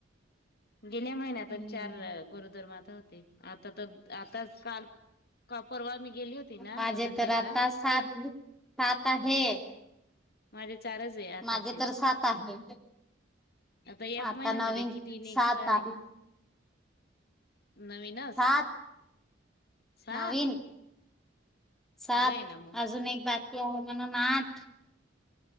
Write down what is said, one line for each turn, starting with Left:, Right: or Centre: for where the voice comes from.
Left: गेल्या महिन्यात
Centre: हम्म
Left: चार गरोदर माता आता ते आता तर आता काल परवा मी गेली होती ना
Centre: माझे
Left: वजन
Centre: तर
Left: घ्यायला
Centre: आता सात सात आहे.
Left: माझे चारच आहे आताचे
Centre: माझे तर सात आहे.
Left: या
Centre: आता
Left: महिन्यामध्ये
Centre: नवीन
Left: किती निघता
Centre: सात आहे.
Left: <inaudible> नवीनच
Centre: सात
Left: सात
Centre: नवीन सात
Left: बय ना मग
Centre: अजून एक बाकी. हो मन नाट